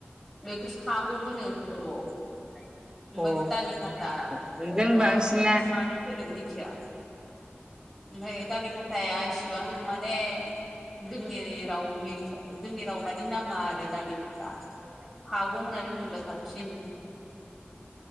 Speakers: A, in the centre; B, on the right.
A: बेखौ सागं होनो बर'आव
B: अ
A: दालि खाथायाथ'
B: जों बांसिना
A: मानि सदोब मिथिया ओमफ्राय दालि खाथाया इसिबां माने जोंनि रावनि जोंनि राव बादि नाङा आरो दालि खाथा सागं होननानै बुंङोब्ला साबसिन